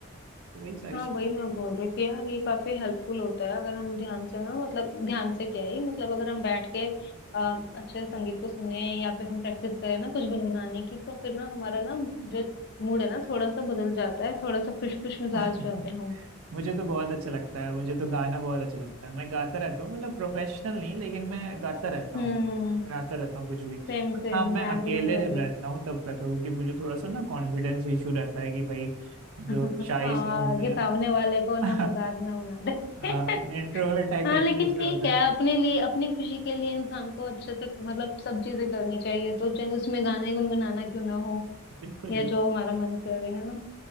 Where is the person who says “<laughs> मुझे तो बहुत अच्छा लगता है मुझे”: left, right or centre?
Right